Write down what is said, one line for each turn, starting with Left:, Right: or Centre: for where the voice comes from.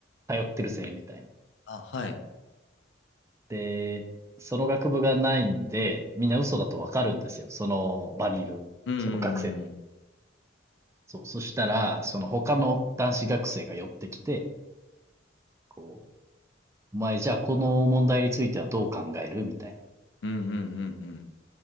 Right: 通ってるぜ、みたいな。
Left: あ、はい。
Right: で、その学部がないんで、みんな嘘だとわかるんですよ。その場にいる、
Left: うんう
Right: その学生たち。
Left: んうん。
Right: そう。そしたら、その他の男子学生が寄ってきて、こう、お前じゃあこの問題についてはどう考えるみたいな。
Left: うんうんうんうん。